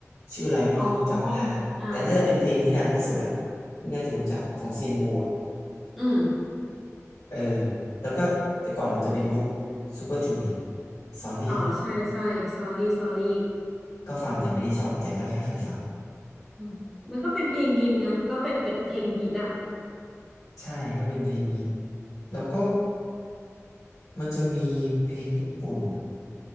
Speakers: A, on the left; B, in the centre.
A: ชื่ออะไรไม่รู้จำไม่ได้ละแต่น่าจะเป็นเพลงที่ดังที่สุดอะ
B: อ๋ออ่า
A: ที่น่าจะรู้จักของเซียนบูอะ
B: อืม
A: เออแล้วก็แต่ก่อนมันจะเป็นยุคซูเปอร์จูเนียร์ซอรี่
B: อ๋อใช่ใช่ sorry sorry
A: ก็ฟังแต่ไม่ได้ชอบแต่ก็แค่เคยฟัง
B: อืมมันก็เป็นเพลงฮิตไงก็เป็นเพลงฮิตอ่ะ
A: ใช่ ก็เป็นเพลงฮิตแล้วก็มันจะมีเพลงญี่ปุ่นอะ